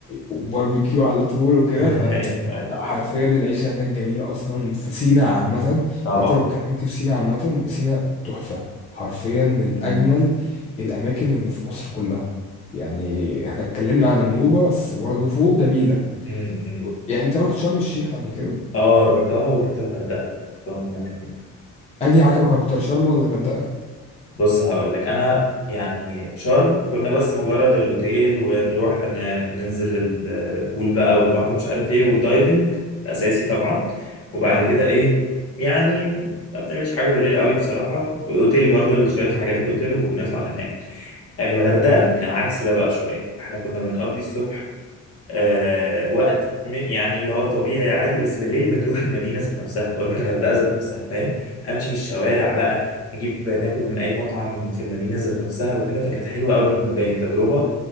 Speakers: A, on the left (about 20°); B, on the left (about 45°).
A: وباربيكيو على طول وكده
B: <laughs>
A: ف
B: أيوه أيوه
A: لا، حرفيا العيشه هناك جميله اصلا في سينا عامه
B: طبعا
A: يعني انت لو اتكلمت في سينا عامه سينا تحفه حرفيا من
B: مم،
A: اجمل الأماكن اللي في مصر كلها يعني احنا اتكلمنا على النوبة بس برضه فوق جميلة
B: مم، مم.
A: يعني انت رحت شرم الشيخ قبل كده
B: اه رحتها ورحت الغردقة رحتهم هما الاتنين
A: انهي عجبك اكتر شرم ولا الغردقة
B: بص هقول لك انا يعني شرم كنا بس مجرد الاوتيل ونروح ن- ننزل البول بقى والبحر مش عارف ايه ودايفنج اساسي طبعا وبعد
A: طبعا
B: كده ايه يعني ما بنعملش حاجه بالليل قوي بصراحه واوتيل برضو شويه الحاجات في الاوتيل ونطلع ننام الغردقه كان عكس ده بقى شويه احنا كنا بنقضي الصبح آه وقت م- يعني اللي هو طبيعي عادي بس بالليل بنروح المدينة ذات نفسها بروح الغردقة ذات نفسها فاهم امشي في الشوارع بقى نجيب ناكل من اي مطعم في المدينة ذات نفسها وكده فكانت حلوة قوي بالنسبة لي تجربة